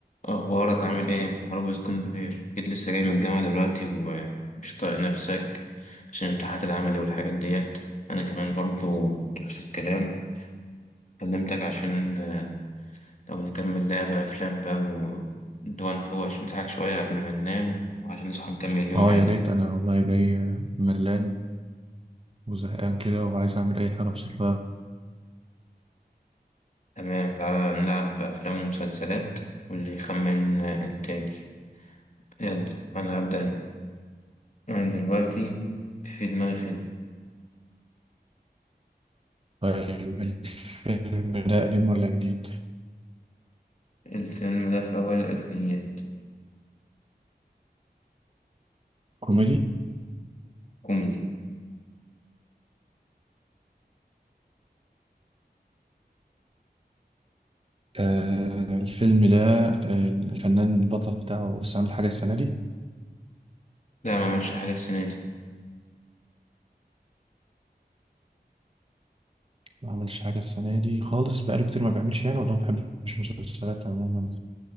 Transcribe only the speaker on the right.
اه
يا ريت انا والله جاي ملان وزهقان كده وعايز اعمل اي حاجه بصراحه
طيب الفيلم ده قديم ولا جديد
كوميدي
آه الفيلم ده آه، الفنان البطل بتاعه بس عامل حاجه السنه دي
ما عملش حاجه السنه دي خالص بقاله كتير ما بيعملش يعني ولا ما بحبش مسلسلات عموما